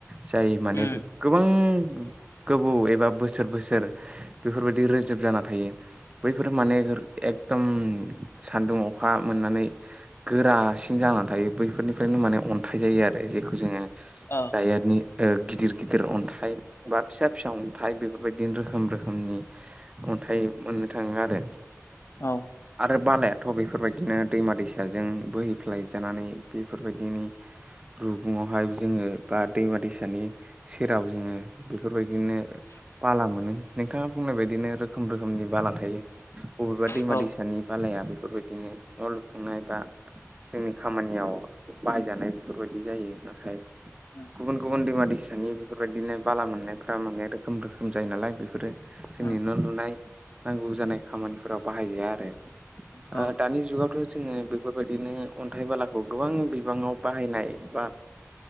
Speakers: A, on the right (about 20°); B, on the left (about 55°).
A: जायो माने
B: उम
A: गोबां गोबौ एबा बोसोर बोसोर बेफोरबायदि रोजोब जाना थायो बैफोरो माने एकदम सान्दुं अखा मोननानै गोरासिन जाना थायो बैफोरनिफ्रायनो माने अन्थाइ जायो आरो जेखौ जोङो
B: औ।
A: <unintelligible> ओ गिदिर गिदिर अन्थाइ। बा फिसा फिसा अन्थाइ बेफोरबायदिनो रोखोम रोखोमनि अन्थाइ मोननो थाङो आरो।
B: औ।
A: आरो बालाया थ' बेफोरबायदिनो दैमा दैसाजों बोहैफ्लाय जानानै बेफोरबायदिनि रुगुङावहाय जोङो बा दैमा दैसानि सेराव जोङो बेफोरबायदिनो बाला मोनो नोंथाङा बुंनाय बायदिनो रोखोम रोखोमनि बाला थायो। अबेबा दैमा
B: औ
A: दैसानि बालाया बेफोरबायदिनो न' लुफुंनाय बा जोंनि खामानियाव बाहायजानाय बेफोरबायदि जायो। नाथाय
B: उम
A: गुबुन गुबुन दैमा दैसानि बेफोरबायदिनो बाला मोननायफ्रा माने रोखोम रोखोम जायो नालाय, बेफोरो जोंनि
B: उम
A: न' लुनाय नांगौ जानाय खामानिफोराव बाहाय जाया आरो।
B: औ
A: ओ दानि जुगाव थ' जोङो बेफोरबायदिनो अन्थाइ बालाखौ गोबां बिबाङाव बाहायनाय बा